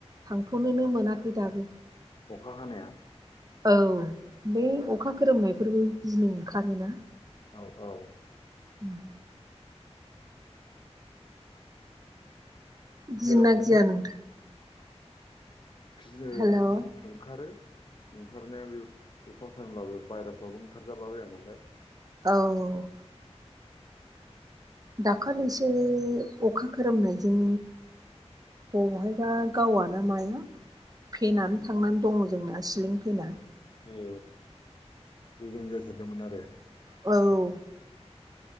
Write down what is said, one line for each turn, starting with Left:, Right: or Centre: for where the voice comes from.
Right: थांथ'नोनो मोनाखै दाबो
Left: अखा हानाया
Right: औ बे‌ अखा गोरोमनायफोरबो गिनो ओंखारोना।
Left: औ औ
Right: उम गियोना
Left: जेरावबाफोर
Right: गिया नोंथां
Left: गियो
Right: हेलौ
Left: गिनो ओंखारो। ओंखारनाया बे अखा खोरोमलाबो बायराफ्रावबो ओंखारजाला बाया नालाय।
Right: औ औ दाखालिसो अखा खोरोमनायजों बबहायबा गावआ ना माया फेनानै थांनानै दङ जोंना सिलिं फेना
Left: ए गोजोन जाथारदोंमोन आरो
Right: औ